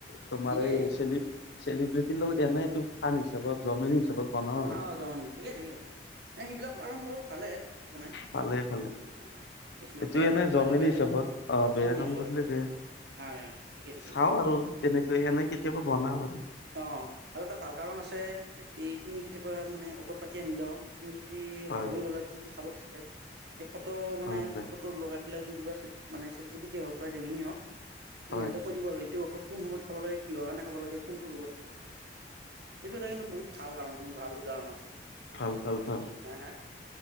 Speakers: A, on the left; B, on the right.
A: তোমাৰ
B: ঠিকেই
A: এই চেলি-চেলিব্ৰিটিৰ লগত এনেই এইটো ফান হিচাপত, জমনি হিচাপত বনাও আৰু
B: অ', জমনি ঠিকেই ঠিকেই, এই সেইবিলাক কাৰণত বাৰু ভালেই, একো নাই।
A: ভালে ভালেই,
B: অ', কিছুমান
A: এইটো
B: বেয়া
A: এনেই
B: কাম কৰিলেও
A: জমনি
B: বেয়া
A: হিচাপত, অ', বেয়া
B: নিউজ
A: কাম
B: চাবত
A: কৰিলে বেয়া
B: হয় হয় হয়, ঠিকেই ঠিকেই।
A: খাওঁ আৰু তেনেকৈ, এনেই কেতিয়াবা বনাওঁ আৰু।
B: অ'। আৰু এটা ভাল কাৰণ আছে, এই তুমি কেতিয়াবা মানে ঔষধ পাতি আনিলেও, তুমি যদি
A: হয়
B: পাহৰি গ'লা কি কি খাব দিছিলে সেই ফটো মানে
A: হয় হয়
B: ফটোটো লগাই পেলাই দি দিবাচোন মানে চেট জিপিটি হওঁক বা জেমিনি হওঁক এনে
A: হয়
B: সিহঁতক সুদিব এইটোঔষধ কোন সময় খাব লাগে কিহৰ কাৰণে খাব লাগে। কোনটো ৰোগত থয়। সেইটো এটা কিন্তু বহুত ভাল কাৰণ মোৰ ভাল উদাহৰণ আছে।
A: ভ, ভাল খাওঁ।
B: হা, হা